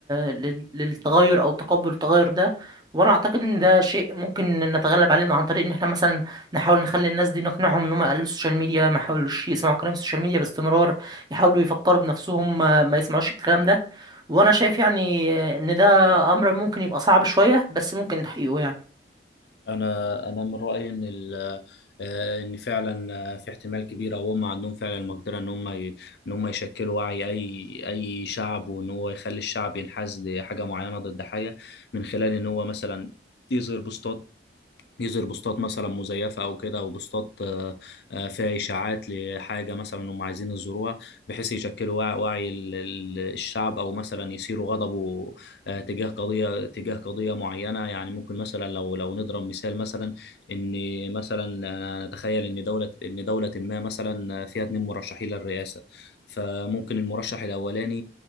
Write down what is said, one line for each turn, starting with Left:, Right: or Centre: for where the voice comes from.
Right: لل... للتغير او تقبل التغير ده وانا اعتقد ان ده شيء ممكن نتغلب عليه عن طريق ان احنا مثلا نحاول نخلي الناس دي نقنعهم ان هم يقللوا السوشيال ميديا ما يحاولوش يسمعوا كلام السوشيال ميديا باستمرار يحاولوا يفكروا بنفسهم ما ما يسمعوش الكلام ده وانا شايف يعني ان ده امر ممكن يبقى صعب شوية بس ممكن تحقيقه يعني
Left: انا انا من رايي ان ال- آه، ان فعلا آه، في احتمال كبير او هم عندهم فعلا المقدره ان هم ي- ان هم يشكلوا وعي اي اي شعب وان هو يخلي الشعب ينحاز لحاجه معينه ضد حاجه من خلال ان هو مثلا يظهر بوستات يظهر بوستات مثلا مزيفه او كده او بوستات آه، آه، فيها اشاعات لحاجه مثلا هم عايزين يزوروها بحيث يشكلوا وعي, وعي ال- ال- الشعب او مثلا يثيروا غضبه آه، تجاه قضيه تجاه قضيه معينه يعني ممكن مثلا لو لو نضرب مثال مثلا ان مثلا أنا نتخيل ان دوله ان دوله ما مثلا فيها اتنين مرشحين للرئاسه فممكن المرشح الاولاني